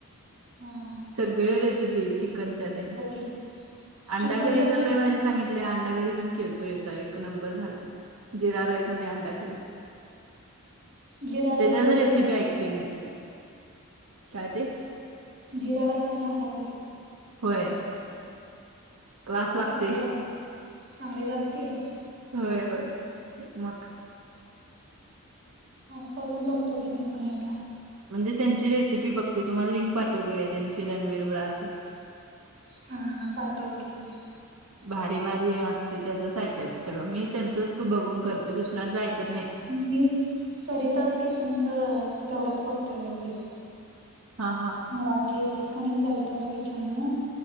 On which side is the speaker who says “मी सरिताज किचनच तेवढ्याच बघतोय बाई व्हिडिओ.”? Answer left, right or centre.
Right